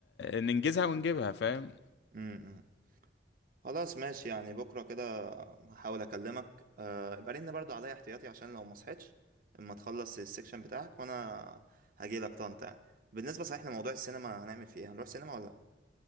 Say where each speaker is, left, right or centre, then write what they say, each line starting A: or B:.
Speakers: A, on the left; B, on the right.
A: ننجزها ونجيبها فاهم
B: امم خلاص ماشي يعني بكرة كده هحاول اكلمك آه، ابقى رن برضو عليا احتياطي عشان لو ما صحيتش اما تخلص السكشن بتاعك وانا هجيلك طنطا بالنسبة صحيح لموضوع السينما هنعمل فيه ايه هنروح سينما ولا